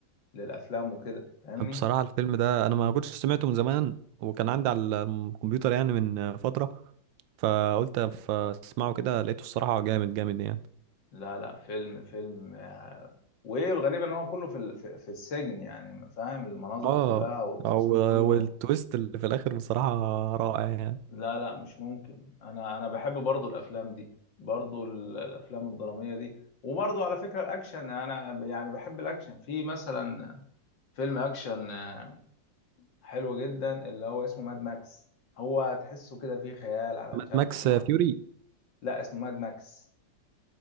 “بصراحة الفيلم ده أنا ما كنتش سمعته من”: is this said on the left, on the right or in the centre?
Right